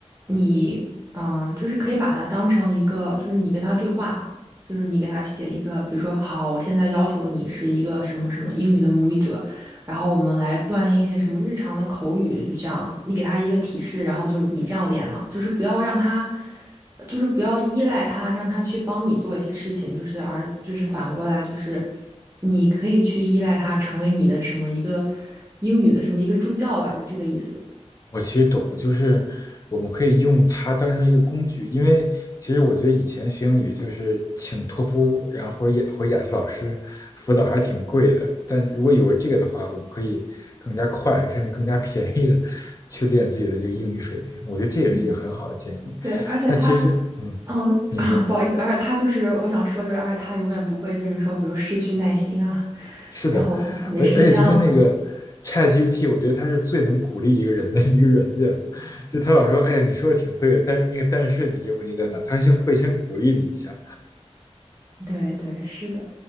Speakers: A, on the right; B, on the left.
A: 你，嗯、就是可以把它当成一个，就是你跟他对话。就是你给他写一个，比如说，好，我现在要求你是一个什么什么英语的母语者，然后我们来锻炼一些什么日常的口语，就这样，你给他一个提示，然后就你这样练嘛，就是不要让他，就是不要依赖他，让他去帮你做一些事情，就是而就是反过来就是你可以去依赖他，成为你的什么一个英语的什么一个助教吧，就这个意思。
B: 我其实懂，就是我们可以用它当成一个工具，因为其实我觉得以前学英语就是请托福，然后或者雅或者雅思老师辅导还是挺贵的，但如果有这个的话，我们可以更加快，甚至更加便宜的去练自己的这个英语水平，我觉得这也是一个很好的建议。
A: 嗯，对，而且他，
B: 那其实，嗯，
A: 嗯，<laughs>
B: 你说。
A: 啊，不好意思，而且他就是我想说，就是而且他永远不会，就是说，比如失去耐心啊，
B: 是的，
A: 然后他没时间了，
B: 而而且就是那个
A: 或者，
B: ChatGPT，我觉得它是最能鼓励一个人的一个软件。就他老说，哎呀，你说的挺对，但是那个但是你这个问题在哪？他先会先鼓励你一下，
A: 对对，是的。